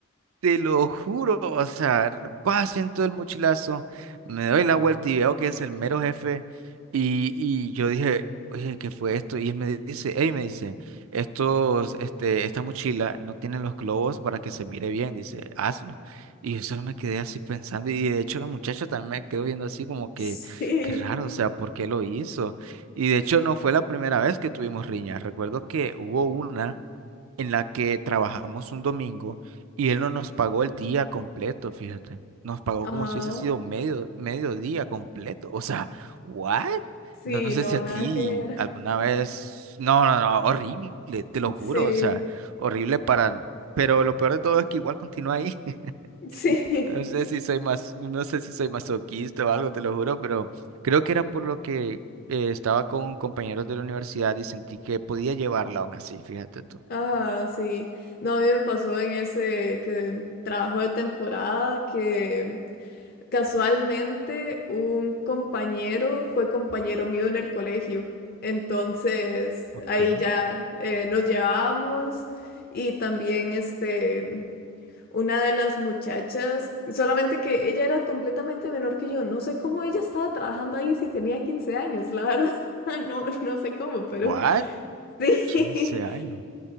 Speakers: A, on the right; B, on the left.
A: te lo juro, o sea, paso en todo el mochilazo, me doy la vuelta y veo que es el mero jefe. Y, y yo dije, oye, ¿qué fue esto? Y él me dice, hey, me dice, estos, este, esta mochila no tiene los globos para que se mire bien, dice, hazlo. Y yo solo me quedé así pensando, y de hecho la muchacha también me quedó viendo así como que,
B: Sí.
A: qué raro, o sea, ¿por qué lo hizo? Y de hecho no fue la primera vez que tuvimos riñas, recuerdo que hubo una en la que trabajamos un domingo y él no nos pagó el día completo, fíjate. Nos pagó
B: Ajá.
A: como si hubiese sido medio, medio día completo. O sea, ¿what?
B: Sí,
A: No sé
B: no,
A: si a
B: nada
A: ti
B: que ver.
A: alguna vez... No, no, no, horrible, te lo juro.
B: Sí.
A: O sea, horrible para... Pero lo peor de todo es que igual continúa ahí. <laughs>
B: Sí.
A: No
B: <laughs>
A: sé si soy más, no sé si soy masoquista o algo, te lo juro, pero creo que era por lo que eh, estaba con compañeros de la universidad y sentí que podía llevarla aún así, fíjate tú.
B: Ajá, sí. No, a mí me pasó en ese que trabajo de temporada que casualmente un compañero fue compañero mío en el colegio. Entonces,
A: Ok.
B: ahí ya eh, nos llevábamos y también este una de las muchachas, solamente que ella era completamente menor que yo. No sé cómo ella estaba trabajando ahí si tenía 15 años, la verdad. <laughs> No, no sé cómo, pero
A: ¿What?
B: sí.
A: 15
B: <laughs>
A: años.